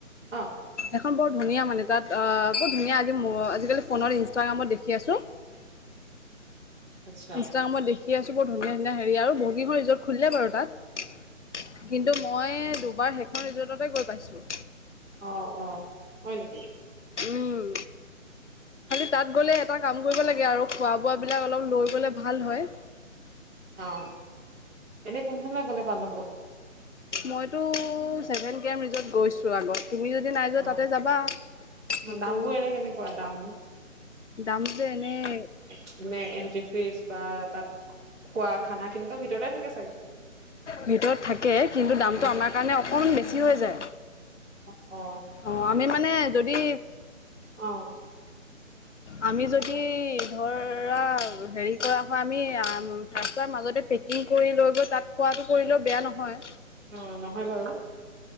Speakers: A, on the right; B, on the left.
A: অ',
B: এখন বৰ ধুনীয়া মানে তাত আহ বৰ ধুনীয়া আজি আজিকালি ফোোনত ইনষ্টাগ্ৰামত দেখি আছো <inaudible> সেখন বৰ ধুনীয়া মানে তাত আ বৰ ধুনীয়া আজি আজিকালি ফোনত ইনষ্টাগ্ৰামত দেখি আছো।
A: আচ্ছা
B: ইনষ্টাগ্ৰামত দেখি আছো বৰ ধুনীয়া ধুনীয়া হেৰি আৰু বহুতগিখন ৰিজৰ্ট খুলিলে বাৰু তাত। কিন্তু মই দুবাৰ সেইখন ৰিজৰ্টতে গৈ পাইছো।
A: অঁ অঁ, হয় নেকি?
B: উম। খালি তাত গ'লে এটা কাম কৰিব লাগে আৰু, খোৱা বোৱাবিলাক অলপ লৈ গ'লে ভাল হয়।
A: অঁ, এনেই কোন ফালে গ'লে ভাল হ'ব?
B: মইতো ছেভেন কেম ৰিজত গৈছোঁ আগত। তুমি যদি নাই
A: অ',
B: যোৱা তাতে যাবা, কিন্তু
A: অ, দামবোৰ এনে কেনেকুৱা দাম?
B: দাম যে এনেই
A: এ মানে এণ্ট্ৰি ফ্ৰিজ বা তাত খোৱা খানা খিনিতো ভিতৰতে থাকে চাগে।
B: ভিতৰত থাকে, কিন্তু দামটো
A: অ',
B: আমাৰ কাৰণে অকণমান বেছি হৈ যায়।
A: অ', অ,
B: অঁ, আমি মানে যদি
A: অঁ
B: আমি যদি ধৰা হেৰি কৰা হয় আমি ৰাস্তাৰ মাজতে পেকিং কৰি লৈ গৈ তাত খোৱাটো কৰিলেও বেয়া নহয়।
A: অঁ নহয় বাৰু।